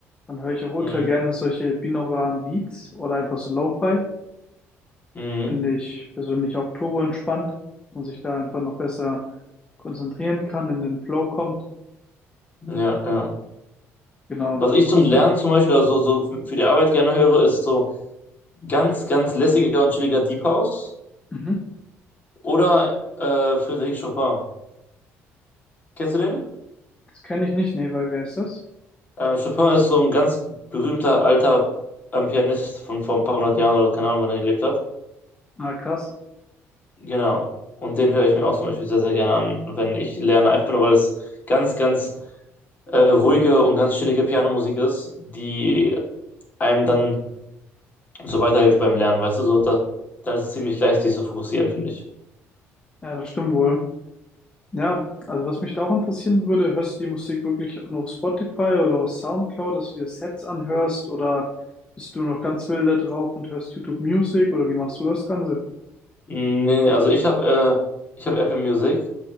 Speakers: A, on the left; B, on the left.
A: dann höre ich auch ultra
B: Mhm.
A: gerne solche binauralen Beats oder einfach so Lo-Fi.
B: Mhm.
A: Finde ich persönlich auch turbo entspannt, dass man sich da einfach noch besser konzentrieren kann, in den Flow kommt.
B: Ja, ja.
A: Genau.
B: Was ich zum Lernen zum Beispiel oder so, so für die Arbeit gerne höre, ist so ganz, ganz lässiger und chilliger Deep House
A: Mhm.
B: oder äh, Frédéric Chopin. Kennst du den?
A: Das kenne ich nicht. Nee, weil wer ist das?
B: Äh, Chopin ist so ein ganz berühmter alter ähm, Pianist von vor ein paar hundert Jahren oder keine Ahnung, wann er gelebt hat.
A: Ah, krass.
B: Genau. Und den höre ich mir auch zum Beispiel sehr, sehr gerne an, wenn ich lerne. Einfach nur, weil es ganz, ganz äh, ruhige und ganz chillige Pianomusik ist, die einem dann so weiterhilft beim Lernen, weißt du, so da, dann ist es ziemlich leicht, sich zu fokussieren, finde ich.
A: Ja, das stimmt wohl. Ja, also was mich da auch interessieren würde, hörst du die Musik wirklich nur auf Spotify oder auf SoundCloud, dass du dir Sets anhörst oder bist du noch ganz wild da drauf und hörst YouTube Music oder wie machst du das Ganze?
B: Nee, nee, also ich habe äh, ich habe Apple Music,